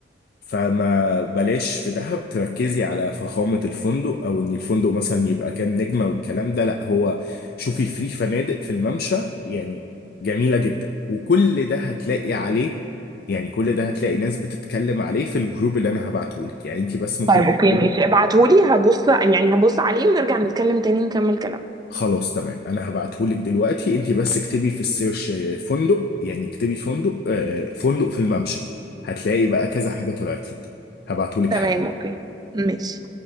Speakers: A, on the left; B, on the right.
A: فما بلاش في دهب تركزي على فخامة الفندق او ان الفندق مثلا يبقى كام نجمة والكلام ده لا هو شوفي في فنادق في الممشى يعني جميلة جدا وكل ده هتلاقي عليه يعني كل ده هتلاقي ناس بتتكلم عليه في الجروب اللي انا هبعتهولك يعني انت بس ممكن
B: طيب اوكي
A: تكتبي
B: ماشي ابعتهولي هبص يعني هبص عليه ونرجع نتكلم تاني نكمل كلامنا
A: خلاص تمام انا هبعتهولك دلوقتي انت بس اكتبي في السيرش آه، فندق يعني اكتبي فندق آه، فندق في الممشى هتلاقي بقى كذا حاجة طلعت لك هبعتهولك
B: تمام
A: حالا
B: اوكي ماشي